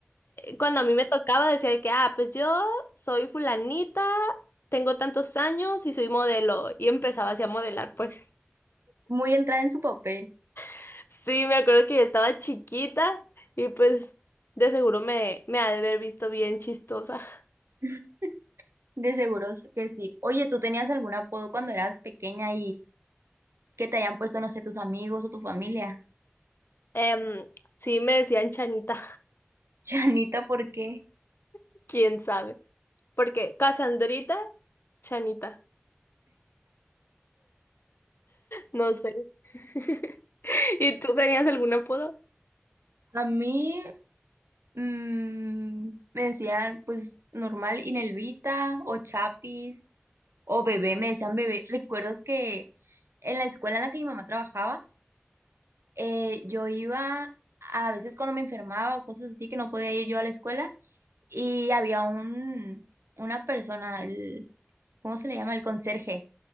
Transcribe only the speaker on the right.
Muy entrada en su papel.
<laughs> De seguros que sí. Oye, ¿tú tenías algún apodo cuando eras pequeña que te hayan puesto, no sé, tus amigos o tu familia.
<laughs> Chanita, ¿por qué?
A mí mm, me decían, pues, normal, Inelvita o Chapis o bebé, me decían bebé. Recuerdo que en la escuela en la que mi mamá trabajaba, eh, yo iba a veces cuando me enfermaba o cosas así que no podía ir yo a la escuela y había un, una persona, el- ¿cómo se le llama? El conserje